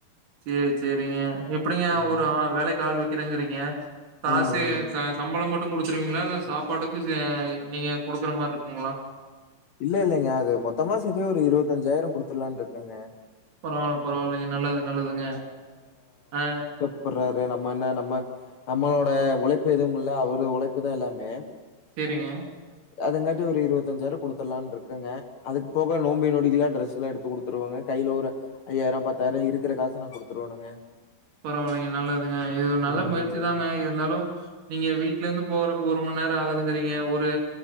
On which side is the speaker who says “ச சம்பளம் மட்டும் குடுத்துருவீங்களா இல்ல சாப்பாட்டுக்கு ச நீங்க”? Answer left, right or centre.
Right